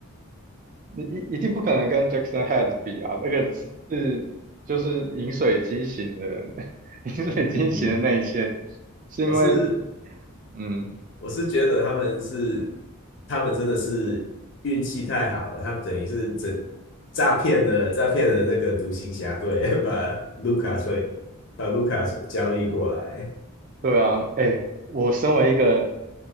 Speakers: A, on the right (about 35°); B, on the left (about 55°).
A: 你一一定不可能跟 Jackson Head 比啊，那个是就是饮水机型的，<laughs> 饮水机型的内线，
B: <laughs> 嗯，
A: 是因为
B: 我是
A: 嗯，
B: 我是觉得他们是他们真的是运气太好了，他们等于是整诈骗了诈骗了那个独行侠队，<laughs> 把卢卡税把卢卡交易过来，
A: 对啊，哎，我身为一个